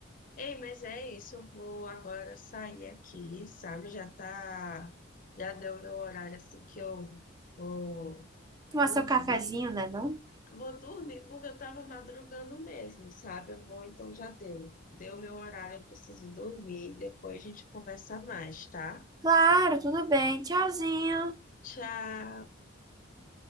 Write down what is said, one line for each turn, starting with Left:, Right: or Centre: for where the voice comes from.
Left: Ei, mas é isso, eu vou agora sair aqui, sabe? Já tá, já deu meu horário assim que eu vou
Right: Tomar
Left: dormir.
Right: seu cafezinho, né, não?
Left: Vou dormir porque eu tava madrugando mesmo, sabe? Eu vou, então já deu. Deu meu horário, eu preciso dormir. Depois a gente conversa mais, tá?
Right: Claro, tudo bem. Tchauzinho.
Left: Tchau.